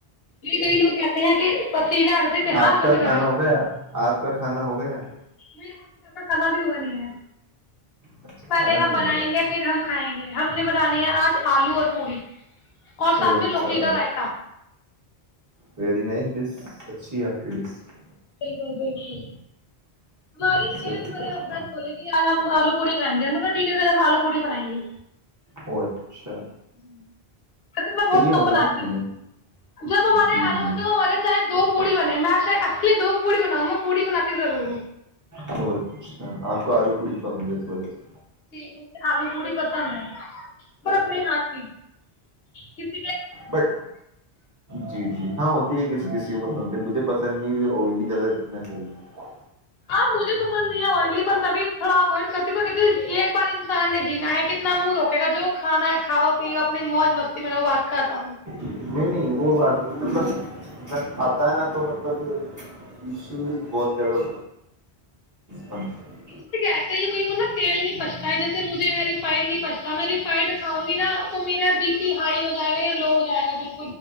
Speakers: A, on the left; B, on the right.
A: یہ کئی لوگ کہتے ہیں کہ پسی نان سے اتہاس
B: آپ
A: ک
B: کا
A: ن
B: کھانا ہو گیا آپ کا کھانا ہو گیا
A: نہیں ایسا کانا بھی ہوا نہیں ہے
B: اچھا
A: پہلے
B: کھانا نہیں
A: ہم بنائیں
B: ہوا
A: گے پھر ہم کھائیں گے ہم نے بنانے ہیں آج آلو اور پوڑی اور
B: وہ
A: ساتھ میں
B: اچھا
A: لوکی کا رائتا
B: ویری نائس ج اچھی ہے آپ کے لیے
A: بالکل بالکل مارے نہیں
B: صحیح
A: ہے مارے ہسبینڈ بولے گی ہم آلو پوڑیھائیں گے ہمطلب ڈٹی سے ہم آلو پڑ بنائیں گے
B: وہ اچھا
A: ج اچھا میں بہت
B: صحیح
A: کم
B: ہونا
A: بناتی
B: بھی چاہیے
A: ہوں جب ہمارے
B: جی
A: آلو
B: جی
A: بنتے تو ہمارے چاہے دو پوڑی بنے میں شید آپ کے لیے دو پوڑی بناؤں میں پوڑ بنی ضرور
B: ا اچھا آپ کو آلو پڑی پسند اس وجہ سے
A: جی مجھے آلو پوڑی پسند ہے اور اپنے ہاتھ کی ک
B: بٹ جی جی ہاں ہوتی ہے کسی کسی کو پسند ہوتی مجھے پسند <inaudible>
A: آب مجھے پسند نہیں ہے آئلی پر میں بھی تھوڑا اوڈ کرتی ہ ایک بار انسان نے جینا ہے کتنا منہ روکے گا جو کانا ہے کھاؤ پیو اپنی موج مستی میں بات کھاتا ہوں
B: نہیں نہیں وہ بات نہیں مطلب جب کھاتا ہے نا تو مطلبشو بہت زیادہ ا
A: کوئی کو نا تیل نہیں پچتا ہے جیسے مجھ ری پائنی پستا میں ریفائڈ کاؤں گی نا تو میرا بی پی ہائی ہو جائےا یا لو کیا گا ب <inaudible>